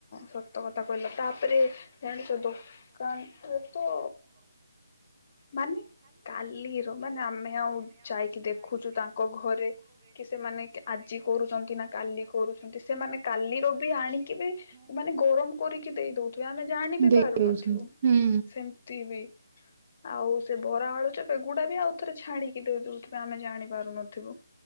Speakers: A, on the left; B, on the right.
A: ସତ କଥା କହିଲ। ତାପରେ ଜାଣିଛ ଦୋକାନରେ ତ ମାନେ କାଲିର ମାନେ ଆମେ ଆଉ ଯାଇକି ଦେଖୁଛୁ ତାଙ୍କ ଘରେ କି ସେମାନେ ଆଜି କରୁଛନ୍ତି ନା କାଲି କରୁଛନ୍ତି ସେମାନେ କାଲିରୁ ବି ଆଣିକି ବି ମାନେ ଗରମ କରିକି ଦେଇ ଦଉଥିବେ ଆମେ ଜାଣି ବି
B: ଦେଇ
A: ପାରୁନଥିବୁ
B: ଦଉଛନ୍ତି ହୁଁ
A: ସେମିତି ବି ଆଉ ସେ ବରା ଆଳୁ ଚପ ଏଗୁଡା ବି ଆଉ ଥରେ ଛାଣିକି ଦେଇ ଦଉଥିବେ ଆମେ ଜାଣି ପାରୁନଥିବୁ?